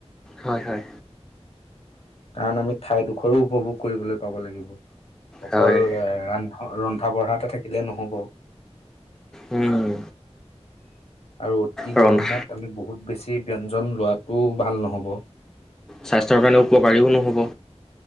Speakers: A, in the centre; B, on the left.
A: হয় হয়
B: কাৰণ আমি ঠাইডোখৰো উপভোগ কৰিবলৈ থাকিব লাগিব। অকল,
A: হয়
B: এন্ধ ৰন্ধা বঢ়া এটা থাকিব। থিলে নহ'ব।
A: উম,
B: আৰু অতি
A: ৰন্ধা
B: গৰমত আমি বহুত বেছি ব্যয়ঞ্জন লোৱাাতটো ভাল নহ'ব।
A: স্বাস্থ্যৰ কাৰণে উপকাৰীও নহ'ব।